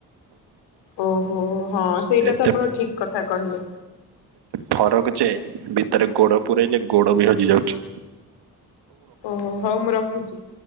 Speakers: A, on the left (about 85°); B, on the right (about 75°).
A: ଓହୋ ହଁ ସେଇଟା
B: ଏତେ
A: ତ ଆପଣ ଠିକ୍ କଥା କହିଲେ।
B: ଫରକ୍ ଯେ ଭିତରେ ଗୋଡ ପୂୁରେଇଲେ ଗୋଡ ବି ହଜି ଯାଉଚି।
A: ଓହୋ ହଉ ମୁଁ ରଖୁଚି।